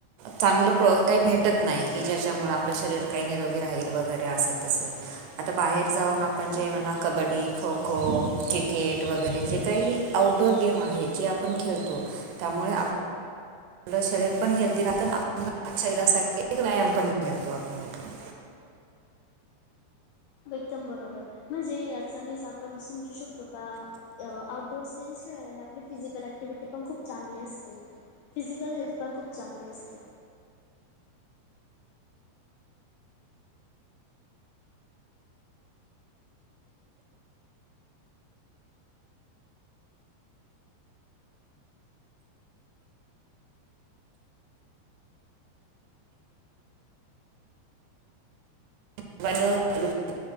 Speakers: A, on the right; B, on the left.
A: चांगलं प्र काही भेटतं नाही, की ज्याच्यामुळे आपलं शरीर काही निरोगी राहील, वगैरे असं तसं. आता बाहेर जाऊन आपणं
B: बरोबर
A: जेव्हा ना, कबड्डी खो -खो क्रिकेट वगैरे जे काही, आउटडोअर गेम आहे, जे आपण खेळतो त्यामुळे आ पलं शरीर पण हेल्दी राहतं, अन आपल्याला शरीरासाठी व्यायाम पण मिळतो, आपल्याला.
B: एकदम बरोबर, म्हणजे याचानेच आपण समजू शकतो का अ आउटडोअर्स गेम्स खेळल्याने आपली फिजिकल ऍक्टिव्हटी पण खूप चांगली असते. फिजिकल हेल्थ, पण खूप चांगली असते.
A: <unintelligible>